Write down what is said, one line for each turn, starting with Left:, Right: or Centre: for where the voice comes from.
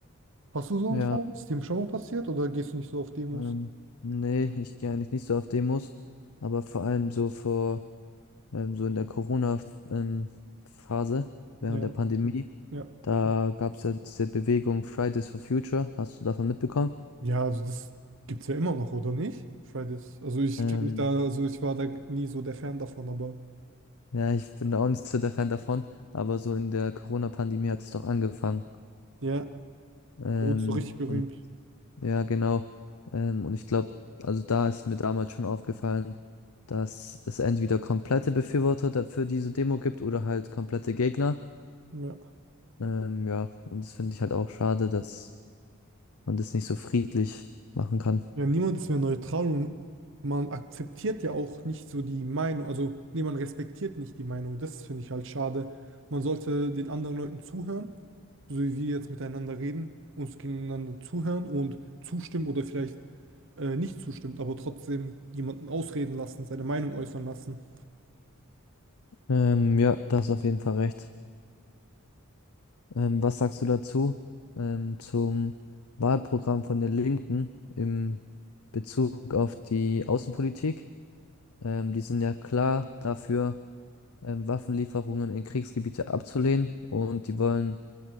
Right: Hast du so
Left: Ja,
Right: einen Fall? Ist dir schon mal passiert oder gehst du nicht so auf Demos?
Left: ähm, nee, ich gehe eigentlich nicht so auf Demos, aber vor allem so vor, ähm, so in der Corona-Phase, während
Right: Ja,
Left: der Pandemie,
Right: ja.
Left: da gab es ja diese Bewegung Fridays for Future, hast du davon mitbekommen?
Right: Ja, also das gibt es ja immer noch, oder nicht? Fridays. Also ich
Left: Ähm,
Right: kenne mich da, also ich war da nie so der Fan davon, aber
Left: ja, ich bin da auch nicht so der Fan davon, aber so in der Corona-Pandemie hat es doch angefangen.
Right: ja,
Left: Ähm,
Right: da wurde so richtig berühmt.
Left: und Ja, genau. Ähm, und ich glaube, also da ist mir damals schon aufgefallen, dass es entweder komplette Befürworter da- für diese Demo gibt oder halt komplette Gegner.
Right: Ja.
Left: Ähm, ja, und das finde ich halt auch schade, dass man das nicht so friedlich machen kann.
Right: Ja, niemand ist mehr neutral und man akzeptiert ja auch nicht so die Meinung. Also, nee, man respektiert nicht die Meinung. Das finde ich halt schade. Man sollte den anderen Leuten zuhören, so wie wir jetzt miteinander reden, uns gegeneinander zuhören und zustimmen oder vielleicht äh, nicht zustimmt aber trotzdem jemanden ausreden lassen, seine Meinung äußern lassen.
Left: Ähm, ja, da hast du auf jeden Fall recht. Ähm, was sagst du dazu, ähm, zum Wahlprogramm von den Linken im Bezug auf die Außenpolitik? Ähm, die sind ja klar dafür. ähm, Waffenlieferungen in Kriegsgebiete abzulehnen und die wollen